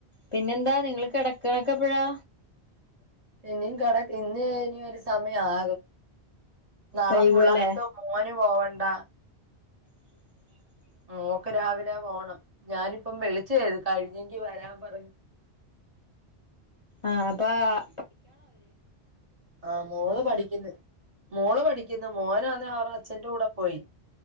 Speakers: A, on the left; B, on the right.
A: പിന്നെന്താ നിങ്ങള് കിടക്ക്ണ ഒക്കെ എപ്പഴാ
B: ഇനിയും കെട ഇന്ന് ഇനി ഒരു സമയം ആകും നാളെ
A: വൈകുവല്ലേ
B: പുള്ളാർക്ക് മോന് പോവണ്ട
A: <inaudible>
B: മോക്ക് രാവിലെ പോണം ഞാനിപ്പം വിളിച്ചേ കഴിഞ്ഞെങ്കിൽവരാൻ പറഞ്ഞ്
A: ആഹ് അപ്പൊ
B: ആഹ് മോള് പഠിക്ക്ന്ന് മോള് പഠിക്കുന്നു മോനാന്ന് അവരുടെ അച്ഛന്റെ കൂടെ പോയി